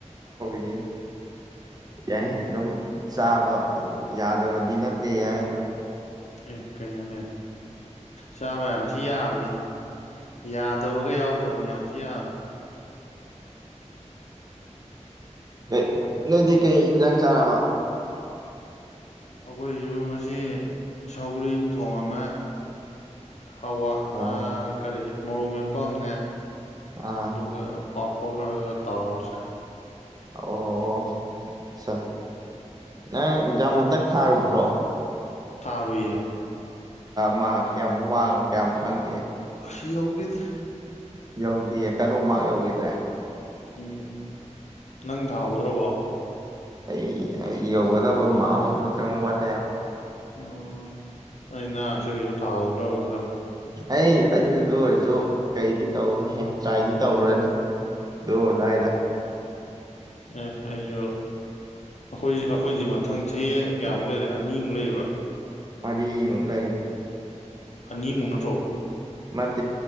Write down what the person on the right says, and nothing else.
ꯅꯤ ꯌꯥꯏ ꯑꯗꯨꯝ ꯆꯥꯕ ꯌꯥꯗꯕꯗꯤ ꯅꯠꯇꯦ ꯌꯥꯏ ꯑꯗꯣ
ꯑ ꯅꯣꯏꯗꯤ ꯀꯩ ꯏꯟꯖꯥꯡ ꯆꯥꯔꯕ
ꯑꯣ
ꯑꯥ
ꯑꯣ ꯑ ꯅꯪ ꯑꯦꯛꯖꯥꯝ ꯍꯟꯇꯛ ꯊꯥꯔꯨꯕ꯭ꯔꯣ
ꯃꯥ ꯀꯌꯥꯝ ꯋꯥꯡ ꯀꯌꯥꯝ ꯐꯪꯒꯦ
ꯌꯧꯗꯤ ꯑꯦ ꯀꯔꯣ ꯃꯥ ꯌꯧ ꯒꯤꯗ
ꯑꯩ ꯌꯧꯒꯗꯕ ꯃꯥꯍꯨꯝ ꯃ ꯋꯥꯂꯦ
ꯍ ꯑꯩꯁꯨ ꯑꯗꯨ ꯑꯣꯏꯔꯁꯨ ꯀꯩꯗꯤ ꯇꯧꯅꯤꯍꯦ ꯇ꯭ꯔꯥꯏꯗꯤ ꯇꯧꯔꯅꯤ ꯑꯗꯨꯔꯗꯥꯏꯗ
ꯃꯗꯤ ꯃꯦ
ꯃꯁ